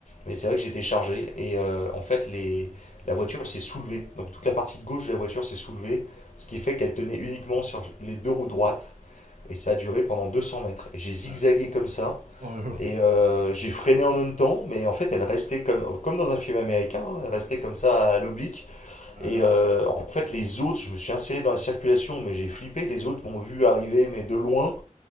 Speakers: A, on the left; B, on the right.
A: mais c'est vrai que j'étais chargé. Et euh, en fait, les, la voiture s'est soulevée. Donc toute la partie gauche de la voiture s'est soulevée, ce qui fait qu'elle tenait uniquement sur les deux roues droites. Et ça a duré pendant 200 mètres. Et j'ai zigzagué
B: Oh là là.
A: comme ça.
B: Oh là là.
A: Et euh, j'ai freiné en même temps, mais en fait elle restait comme, comme dans un film américain, hein, elle restait comme ça à l'oblique.
B: Oh là
A: Et
B: là.
A: euh, en fait les autres, je me suis inséré dans la circulation, mais j'ai flippé, les autres m'ont vu arriver, mais de loin.